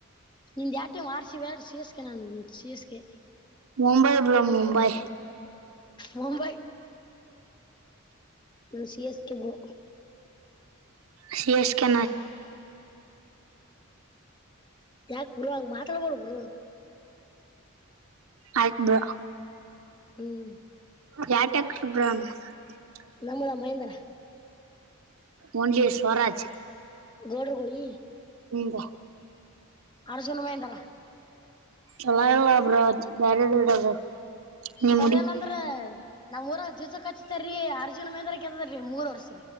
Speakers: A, on the left; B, on the right.
A: ನಿಂದು ಯಾವ್ ಟೀಮ್ ಆರ್ ಸಿ ಬಿ ನ ಸಿ ಎಸ್ ಕೆ ನಾ C S K
B: Mumbai bro Mumbai
A: Mumbai C S K bro
B: C S K
A: ಯಾಕ ಬ್ರೋ ಹಾಂಗ ಮಾತಡಬೇಡ ಬರೋ
B: ಆಯ್ ಬ್ರೋ
A: ಹ್ಮ್
B: <inaudible>
A: ನಮ್ಮದ ಮಹೇಂದ್ರ
B: ಓನ್ಲಿ ಸ್ವರಾಜ್
A: ಗೌಡ್ರು ಗೂಳಿ
B: ಹ್ಮ ಬ್ರೋ
A: ಅರ್ಜುನ್ ಮಹೇಂದ್ರ
B: <unintelligible> ನಿಮ್
A: ಪಲೆಲ್ಲಂದ್ರೆ
B: ಹುಡಿ
A: ನಮ್ ಊರಾಗ ಜೀಸ ಕಚ್ಚ ಕೆತರಿೀ ಅರ್ಜುನ್ ಮೇಂದ್ರ ಗೆದ್ದರಿ ಮೂರ್ ವರ್ಷ